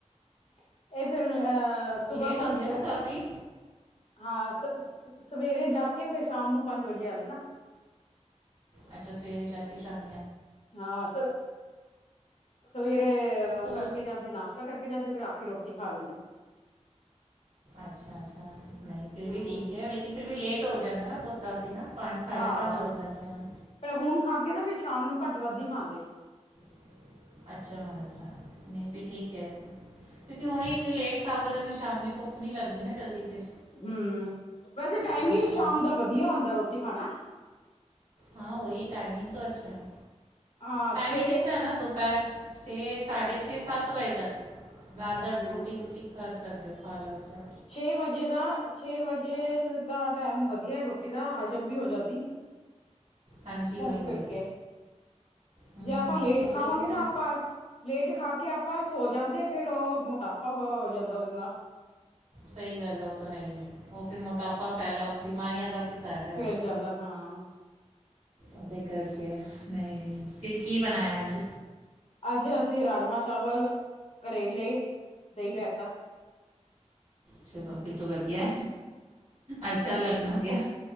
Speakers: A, on the left; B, on the right.
A: <unintelligible> ਅ ਸੁਬਾਹ
B: ਲੇਟ
A: ਪੰਜ
B: ਹੋ ਗਿਆ ਨਾ ਕਾਫੀ
A: ਹਾਂ ਸ ਸਵੇਰੇ ਜਾ ਕੇ ਫਿਰ ਸ਼ਾਮ ਨੂੰ ਪੰਜ ਵਜੇ ਆਉਂਦੇ ਨਾ।
B: ਅੱਛਾ। ਸਵੇਰੇ ਜਾ ਆ ਕੇ ਸ਼ਾਮ
A: ਹਾਂ ਸਵੇਰੇ ਉਹ
B: ਟੂਰ
A: ਕਰਕੇ ਜਾਂਦੇ ਨਾਸ਼ਤਾ ਕਰਕੇ ਜਾਂਦੇ ਫੇਿਰ ਆ ਕੇ ਰੋਟੀ ਖਾ ਲੈਂਦੇ।
B: ਅੱਛਾ, ਅੱਛਾ। ਨਹੀਂ ਫਿਰ
A: ਹਮ
B: ਵੀ ਠੀਕ ਹੈ। ਲਕਿਨ ਫਿਰ ਵੀ ਲੇਟ ਹੋ ਜਾਂਦਾ ਨਾ ਬਹੁਤ ਕਾਫੀ ਨਾ। ਪੰਜ ਸਾਢੇ
A: ਹਾਂ
B: ਪੰਜ ਹੋਣ ਲੱਗ ਗਏ ਹੁਣ
A: ਪਰ ਹੁਣ ਖਾ ਕੇ ਨਾ ਪਿੱਛੇ ਸ਼ਾਮ ਨੂੰ ਘੱਟ, ਵੱਧ ਹੀ ਖਾਂਦੇ।
B: <unintelligible> ਇੰਨੀ ਲੇਟ ਖਾਓਗੇ ਤਾਂ ਫਿਰ ਸ਼ਾਮੀ ਭੁੱਖ ਨਹੀਂ ਲੱਗਦੀ ਨਾ ਜਲਦੀ ਫਿਰ
A: ਹਮ ਵੈਸੇ ਟਾਈਮ
B: ਰਾਤ
A: ਹੀ
B: ਨੂੰ
A: ਸ਼ਾਮ ਦਾ ਵਧੀਆ ਹੁੰਦਾ ਰੋਟੀ ਖਾਣਾ।
B: ਹਾਂ ਉਹਹੀ ਟਾਈਮਿੰਗ ਤਾਂ ਅੱਛਾ ਹੈ।
A: ਹਾਂ
B: ਟਾਈਮਿੰਗ
A: ਛੇ
B: ਕਿਸ ਹੈ ਨਾ ਦੁਪਹਿਰ ਛੇ ਸਾਢੇ ਛੇ ਸਤ ਵਜੇ ਤਕ। ਰਾ ਦਾ
A: ਹੂੰ
B: ਰੋਟੀ ਤੁਸੀਂ ਕਰ ਸਕਦੇ। ਜੋ ਫਾਲੋ ਚਾ।
A: ਛੇ ਵਜੇ ਦਾ ਛੇ ਵਜੇ ਦਾ ਟਾਈਮ ਵਧੀਆ ਰੋਟੀ ਦਾ ਹਜ਼ਮ ਵੀ ਹੋ ਜਾਂਦੀ।
B: ਹਾਂਜੀ ਉਹੀ
A: ਘੁੰਮ
B: ਉਹੀ
A: ਫਿਰ ਕੇ
B: ਹੂੰ
A: ਜੇ ਆਪਾਂ ਲੇਟ
B: ਉਹ
A: ਖਾਵਾਂਗੇ
B: ਤਾਂ ਕਿਸਾ
A: ਨਾ ਆਪਾਂ ਲੇਟ ਖਾ ਕੇ ਕੇ ਆਪਾਂ ਸੋ ਜਾਂਦੇ ਫੇਿਰ ਉਹ ਮੋਟਾਪਾ ਹੋ ਹੋ ਜਾਂਦਾ ਉਹਦੇ ਨਾਲ।
B: ਸਹੀ ਗੱਲ ਹੈ। ਉਹ ਤਾਂ ਹੈ ਹੀ ਹੈ। ਉਹ ਫਿਰ ਮੋਟਾਪਾ ਫੈਲਾ ਬਿਮਾਰੀਆਂ ਦਾ। ਫਿਕਰ ਹੈ
A: ਫਲ
B: ਉਹ
A: ਜਾਂਦਾ ਹਾਂ।
B: ਉਹਦੇ ਕਰ। ਨਹੀਂ, ਨਹੀਂ ਫਰ ਕੀ ਬਣਾਇਆ ਅੱਜ।
A: ਅੱਜ ਅਸੀਂ ਰਾਜਮਾਂ, ਚਾਵਲ ਕਰੇਲੇ, ਦੇਹੀਂ ਰਹਿਤਾ।
B: ਚਲੋ ਫਿਰ ਤ ਵਧੀਆ। ਅੱਛਾ ਲੰਗਾ। ਗਿਆ